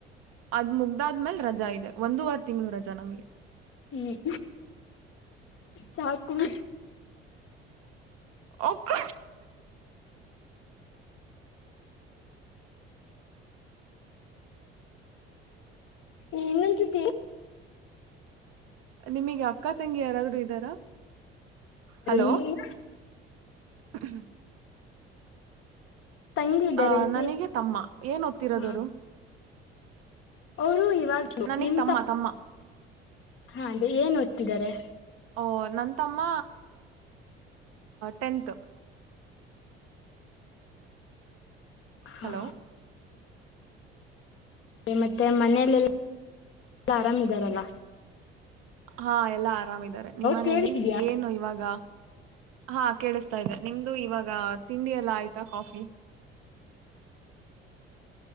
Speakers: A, on the right; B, on the left.
A: ಅದ್ ಮುಗ್ದಾದ್ಮೇಲ್ ರಜಾ ಇದೆ ಒಂದ ವಾರ ತಿಂಗಳು ರಜಾ ನಮಗೆ
B: ಹ್ಮ್ ಸಾಕುಮ
A: ಒಕ್ಕ
B: ಇನ್ನಂತತಿ
A: ನಿಮಗೆ ಅಕ್ಕ ತಂಗಿ ಯಾರಾದ್ರೂ ಇದ್ದಾರಾ ಹಲೋ
B: ನಿಮಗ
A: ಹ್ಮ
B: ತಂಗಿ ಇದ್ದಾರೆ
A: ಅ
B: ನಿಮಿ
A: ನನಗೆ ತಮ್ಮ ಏನ್ ದತ್ತಿರೋದವರು
B: ಹಾ ಅವರು ಇವಾಗ
A: ನನಗ್
B: ನಿಮ
A: ತಮ್ಮ ತಮ್ಮ
B: ಹಾ ಅದೇ ಏನ್ಓದ್ತಿದ್ದಾರೆ
A: ಓ ನಂತಮ್ಮ ಟೆಂತ್
B: ಹಾ
A: ಹಲೋ
B: ಮತ್ತೆ ಮನಲೆೆಲ್ಲ ಆರಾಮ ಇದ್ದಾರಲ್ಲ
A: ಹಾ ಎಲ್ಲಾ ಆರಾಮಾರೆ ನಿಮ್ಮನೇಲಿ
B: ಕೇಳ್ತಿದ್ಯಾ
A: ಏನು ಇವಾಗ ಹಾ ಕೇಳಿಸ್ತಾ ಇದೆ ನಿಮ್ದು ಇವಾಗ ತಿಂಡಿ ಎಲ್ಲ ಆಯ್ತಾ ಕಾಫಿ <unintelligible> ಹೂ